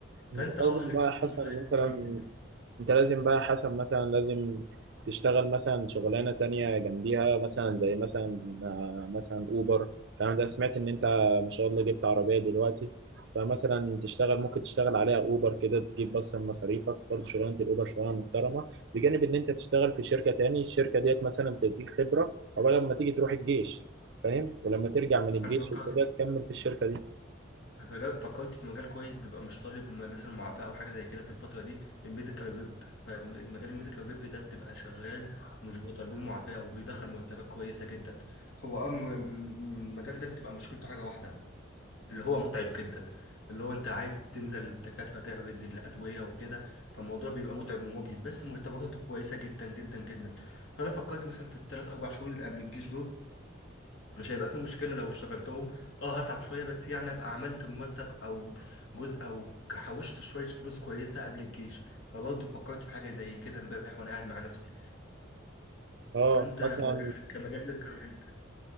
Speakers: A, on the right; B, on the left.
A: أنت
B: فانت
A: لازم
B: اه الحمد
A: بقى يا حسن
B: لله
A: مثلا
B: فكرة الجيش دي.
A: انت لازم بقى حسب مثلا لازم تشتغل مثلا شغلانة تانية جنبيها مثلا زي مثلا آه، مثلا اوبر الكلام ده سمعت ان انت ما شاء الله جبت عربية دلوقتي فمثلا تشتغل ممكن تشتغل عليها اوبر كده تجيب بس من مصاريفك برضه شغلانة الاوبر شغلانة محترمة بجانب ان انت تشتغل في شركة تاني الشركة ديت مثلا تديك خبرة او لما تيجي تروح الجيش فاهم ولما ترجع من الجيش
B: انا بكرهها
A: وكده تكمل في الشركة دي
B: فجا- فكرت في مجال كويس بيبقى مش طالب م- مثلا معافاه او حاجه زي كده في الفتره دي الميديكال ريب فمجال الميديكال ريب ده بتبقى شغال ومش بيبقوا طالبين معافاه وبيدخل مرتبات كويسه جدا هو اه م- م- المجال ده بتبقى مشكلته حاجه واحده اللي هو متعب جدا اللي هو انت عارف تنزل الدكاتره تعرض الادويه وكده فالموضوع بيبقى متعب ومجهد بس مرتباته كويسه جدا جدا جدا فانا فكرت مثلا في الثلاث اربع شهور اللي قبل الجيش دول مش هيبقى فيه مشكلة لو اشتغلتهم اه هتعب شوية بس يعني ابقى عملت مرتب او جزء او حوشت شوية فلوس كويسة قبل الجيش فبرضه فكرت في حاجة زي كده امبارح وانا قاعد مع نفسي
A: اه
B: فانت
A: مثلا
B: في مجال كمجال